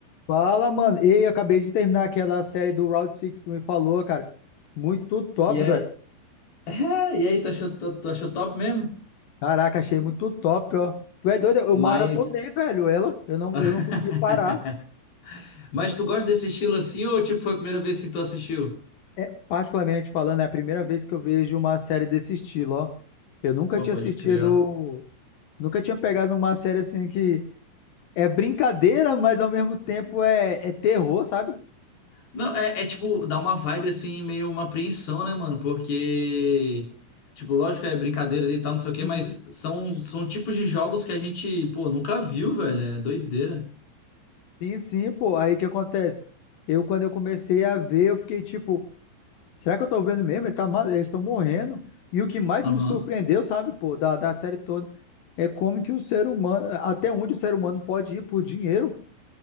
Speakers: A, on the left; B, on the left.
A: Fala, mano. Ei, eu acabei de terminar aquela série do Route 6 que tu me falou, cara. Muito top,
B: E aí,
A: velho.
B: <laughs> e aí, tu achou, tu, tu achou top mesmo?
A: Caraca, achei muito top, ó. Tu é doido? Eu
B: Mas.
A: maratonei, velho, ela. Eu não,
B: <laughs>
A: eu não consegui parar.
B: Mas tu gosta desse estilo assim ou tipo foi a primeira vez que tu assistiu?
A: É, particularmente falando, é a primeira vez que eu vejo uma série desse estilo, ó. Eu nunca
B: Pô,
A: tinha
B: pode
A: assistido,
B: crer. ó.
A: nunca tinha pegado uma série assim que é brincadeira, mas ao mesmo tempo é, é terror, sabe?
B: Não, é, é tipo, dá uma vibe assim, meio uma apreensão, né, mano? Porque. Tipo, lógico é brincadeira ali e tal, não sei o quê,
A: Uhum.
B: mas são, são tipos de jogos que a gente, pô, nunca viu, velho. É doideira.
A: Sim, sim, pô. Aí o que acontece? Eu, quando eu comecei a ver, eu fiquei tipo. Será que eu tô vendo mesmo? Ele tá ma- Eles estão morrendo. E o que mais
B: Aham.
A: me surpreendeu, sabe, pô, da, da série toda, é como que o ser humano, até onde o ser humano pode ir por dinheiro.